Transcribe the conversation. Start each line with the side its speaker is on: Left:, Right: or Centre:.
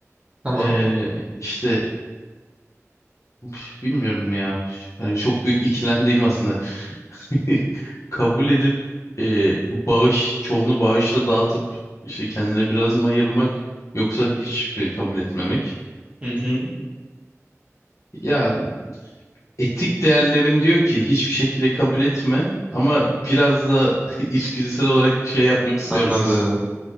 Right: Tamam.
Left: Ee, işte uf, bilmiyorum ya. Hani çok büyük ikilemdeyim aslında. <laughs> kabul edip e, bağış çoğunu bağışla dağıtıp işte kendine biraz mı ayırmak yoksa hiç mi kabul etmemek?
Right: Hı hı.
Left: Ya etik değerlerim diyor ki hiçbir şekilde kabul etme ama biraz da <laughs> içgüdüsel olarak şey yapmak istiyorum.
Right: Anladım.